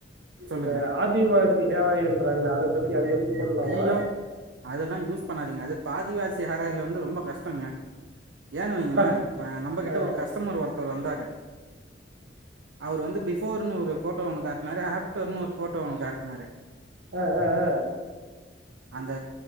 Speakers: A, on the right; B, on the right.
A: சொல்லுங்க
B: இந்த ஆதிவாசி காலங்கரங்களை அத பத்தி அது போடலாமா
A: ஐய்யயோ அதெல்லா யூஸ் பண்ணாதீங்க அது பாதிவாசி ஆஹராயில இருந்து ஒரு ரொம்ப கஷ்டங்க ஏன வைங்கல்லா
B: ஆ
A: இப்ப நம்ம கிட்ட
B: ஆ
A: ஒரு கஸ்டமர் ஒருத்தர் வந்தாரு அவரு வந்து பிபோர்ன்னு ஒரு போட்டோ ஒண்ணு காட்டினாரு ஆப்டர்னு ஒரு போட்டோ ஒண்ணு காட்டினாரு
B: ஆ ஆ ஆ
A: அந்த